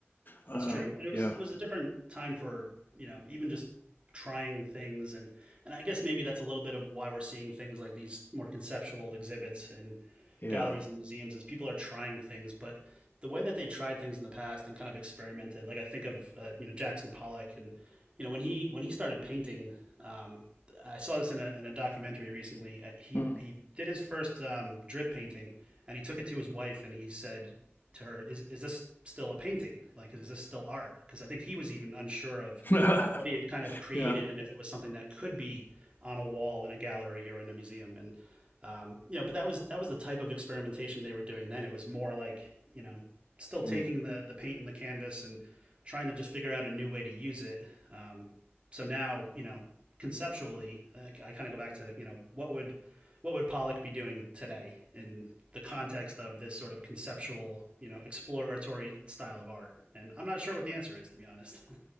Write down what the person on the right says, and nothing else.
That's true. And it was
it was a different time for, you know, even just trying things and and I guess maybe that's a little bit of why we're seeing things like these more conceptual exhibits in
galleries and museums is people are trying things, but the way that they tried things in the past and kind of experimented, like I think of uh, you know Jackson Pollock and you know when he when he started painting, um, I saw this in a in a documentary recently. Uh, He
he did his first um, drip painting and he took it to his wife and he said to her, is, is this still a painting? Like, is this still art? Because I think he was even unsure of
what he had kind of created
and if it was something that could be on a wall in a gallery or in a museum. And, um, you know, but that was, that was the type of experimentation they were doing then. It was more like, you know, still taking
the, the paint and the canvas and trying to just figure out a new way to use it. Um, so now, you know, conceptually, uh, I kind of go back to, you know, what would, what would Pollock be doing today in the context of this sort of conceptual, you know, exploratory style of art? And I'm not sure what the answer is, to be honest.